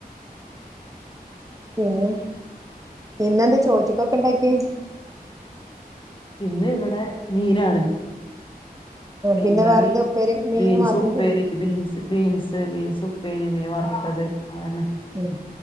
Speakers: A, on the right; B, on the left.
A: പിന്നെ ഇന്നെന്താ ചോറ്റിക്കൊക്കെ ഇണ്ടാക്കി ക്കിയെ
B: ഇന്ന് ഇവിടെ മീനാണ് മീൻ
A: പിന്നെ
B: കറി
A: വേറെന്താ ഉപ്പേരി മീന്
B: ബീൻസ്
A: മാത്രം
B: ഉപ്പേരി ബീൻസ് ബീൻസ് ബീൻസ് ഉപ്പേരി മീൻ വറുത്തത് അതന്നെ
A: ഉം